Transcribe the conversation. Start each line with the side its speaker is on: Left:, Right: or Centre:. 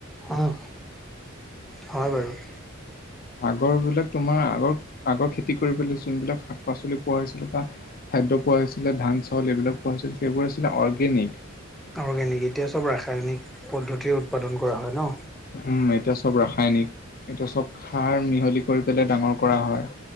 Centre: অঁ হয় বাৰু!
Left: আগৰবিলাক তোমাৰ আগৰ, আগৰ খেতি কৰিবলৈ যোনবিলাক শাক-পাচলি পোৱা হৈছিলে বা! খাদ্য পোৱা হৈছিলে ধান চাউল এইবিলাক পোৱা হৈছিল সেইবোৰ আছিলে অৰ্গেনিক!
Centre: অৰ্গেনিক এতিয়া সব ৰাসায়নিক পদ্ধতিৰে উৎপাদন কৰা হয় ন।
Left: উম এতিয়া চব ৰাসায়নিক, এতিয়া চব সাৰ মিহলি কৰি পেলাই ডাঙৰ কৰা হয়।